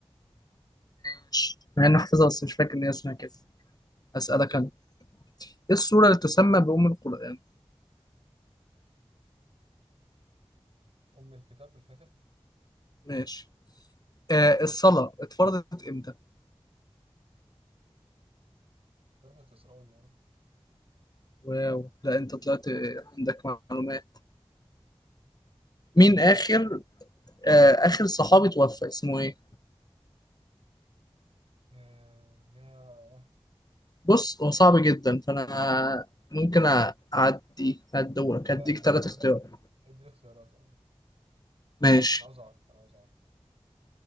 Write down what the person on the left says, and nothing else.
ماشي مع إني حافظها بس مش فاكر إن هي اسمها كده هسألك أنا إيه السورة اللي تسمى بأم القرآن؟
ماشي آه، الصلاة اتفرضت امتى؟
واو لا انت طلعت آه، عندك معلومات مين اخر آه، اخر صحابي توفى اسمه ايه؟
بص هو صعب جدا فانا ممكن اعدي هدورك
هديك ثلاث
اختيارات
ماشي